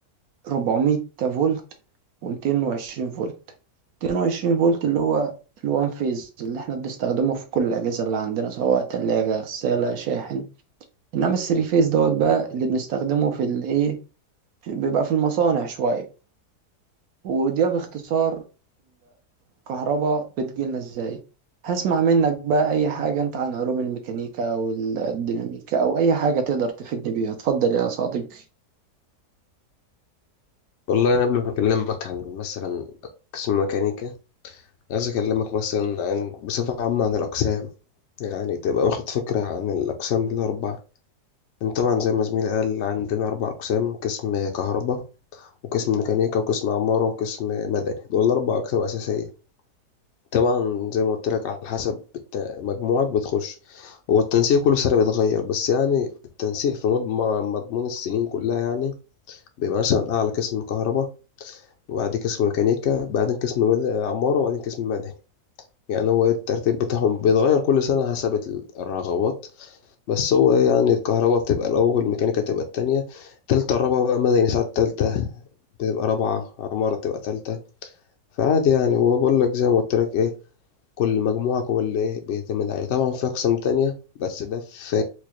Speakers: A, on the right (about 70°); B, on the left (about 75°).
A: 400 فولت و220 فولت 220 فولت اللي هو الوان فيز اللي احنا بنستخدمه في كل الأجهزة اللي عندنا سواء تلاجة غسالة شاحن انما الثري فيز دوت بقى اللي بنستخدمه في الايه بيبقى في المصانع شويه وده باختصار الكهرباء بتجيلنا ازاي هسمع منك بقى اي حاجه انت عن علوم الميكانيكا والديناميكا او اي حاجه تقدر تفيدني بيها اتفضل يا صديقي
B: والله أنا قبل ما أكلمك عن مثلا قسم ميكانيكا عايز أكلمك مثلا عن بصفة عامة عن الأقسام يعني تبقى واخد فكرة عن الأقسام الأربعة يعني طبعا زي ما زميلي قال عندنا أربع أقسام قسم كهرباء وقسم ميكانيكا وقسم عمارة وقسم مدني دول أربع أقسام أساسية طبعا زي ما قلت لك على حسب الت- مجموعك بتخش هو التنسيق كل سنة بيتغير بس يعني التنسيق في مض- م- مضمون السنين كلها يعني بيبقى مثلا أعلى قسم كهرباء وبعدين قسم ميكانيكا بعدين قسم مد- عمارة وبعدين قسم مدني يعني هو الترتيب بتاعهم بيتغير كل سنة حسب ال- الرغبات بس هو يعني الكهرباء بتبقى الأول الميكانيكا تبقى التانية تالتة الرابعة بقى مدني ساعات تالتة بتبقى رابعة عمارة بتبقى تالتة فعادي يعني هو بقول لك زي ما قلت لك إيه كل مجموعة هو اللي إيه بيعتمد عليه طبعا في أقسام تانية بس ده في